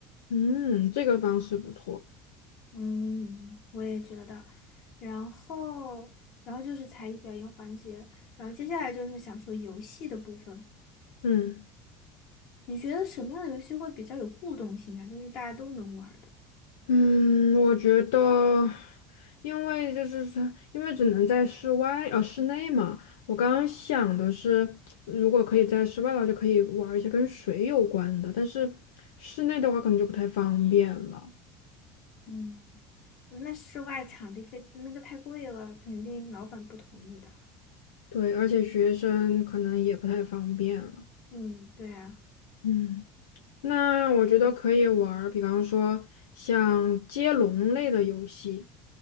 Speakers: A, on the left; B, on the left.
A: 嗯，这个方式不错。
B: 嗯，我也觉得。然后，然后就是才艺表演环节，然后接下来就是想说游戏的部分。
A: 嗯。
B: 你觉得什么样的游戏会比较有互动性啊？就是大家都能玩儿的。
A: 嗯，我觉得，因为就是说，因为只能在室外，呃，室内嘛。我刚刚想的是，如果可以在室外的话，就可以玩一些跟水有关的，但是室内的话可能就不太方便了。
B: 嗯，那室外场地费那个太贵了，肯定老板不同意的。
A: 对，而且学生可能也不太方便了。
B: 嗯，对啊。
A: 嗯，那我觉得可以玩儿比方说像接龙类的游戏。